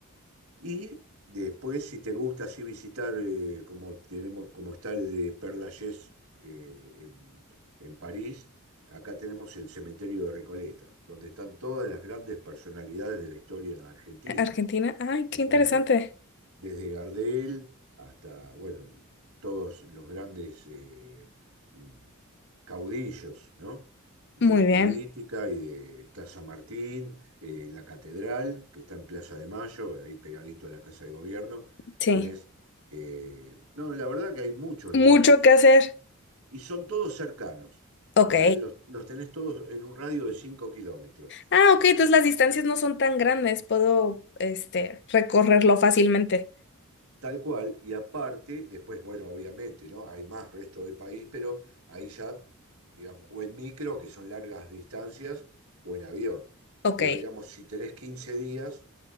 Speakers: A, on the right (about 75°); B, on the left (about 50°).
A: Y después, si te gusta así visitar, eh, como tenemos, como está el de Père Lachaise eh, en, en París, acá tenemos el cementerio de Recoleta, donde están todas las grandes personalidades de la historia argentina.
B: Argentina, ay, qué
A: Están
B: interesante.
A: ahí desde Gardel hasta, bueno, todos los grandes eh, mm, caudillos, ¿no? De
B: Muy
A: la
B: bien,
A: política y de está San Martín, eh, la catedral, que está en Plaza de Mayo, ahí pegadito a la Casa de Gobierno,
B: sí.
A: tenés, eh, no, la verdad que hay muchos
B: Mucho
A: lugares
B: que hacer,
A: y son todos cercanos,
B: ok.
A: o sea, los, los tenés todos en un radio de 5 kilómetros.
B: Ah, ok, entonces las distancias no son tan grandes, puedo, este, recorrerlo fácilmente.
A: Tal cual, y aparte, después, bueno, obviamente, ¿no? Hay más resto de país, pero ahí ya, digamos, o en micro, que son largas distancias, o en avión.
B: Ok,
A: Pero digamos, si tenés 15 días,